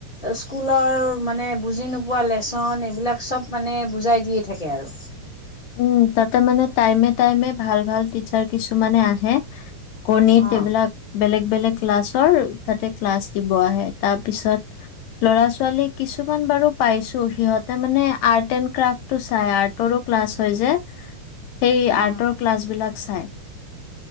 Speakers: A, on the left; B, on the left.
A: স্কুলৰ মানে বুজি নোপোৱা লেচন এইবিলাক সব মানে বুজাই দিয়ে থাকে আৰু
B: উম তাতে মানে টাইমে টাইমে ভাল ভাল টিচাৰ কিছুমানে আহে কৰ্ণীত
A: অ
B: এইবিলাক বেলেগ বেলেগ ক্লাছৰ তাতে ক্লাছ দিব আহে তাৰ পিছত ল'ৰা ছোৱালী কিছুমান বাৰু পাইছো সিহঁতে মানে আৰ্ট এণ্ড ক্ৰাফ্টটো চাই আৰ্টৰো ক্লাছ হয় যে সেই
A: অ
B: আৰ্টৰ ক্লাছবিলাক চাই